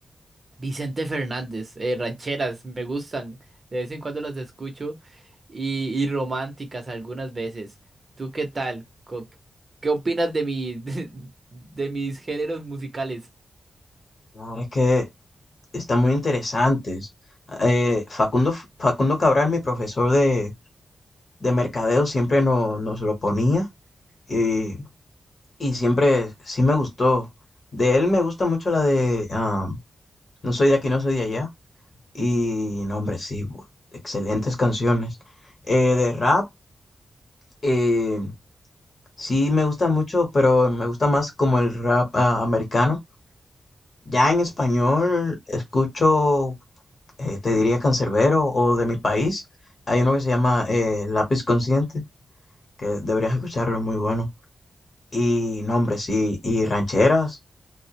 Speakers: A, on the right; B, on the left.
A: Vicente Fernández, eh, rancheras, me gustan. De vez en cuando las escucho y, y románticas algunas veces. ¿Tú qué tal? Co- ¿Qué opinas de mi, <laughs> de, de mis géneros musicales?
B: La verdad es que están muy interesantes. Eh, Facundo, Facundo Cabral, mi profesor de, de mercadeo, siempre no- nos lo ponía. y Y siempre sí me gustó. De él me gusta mucho la de ah, No soy de aquí, no soy de allá. Y no, hombre, sí, bu- excelentes canciones. Eh, de rap, eh, sí me gusta mucho, pero me gusta más como el rap ah, americano. Ya en español escucho, eh, te diría Canserbero o de mi país. Hay uno que se llama eh, Lápiz Consciente, que deberías escucharlo, muy bueno. Y no, hombre, sí, y rancheras,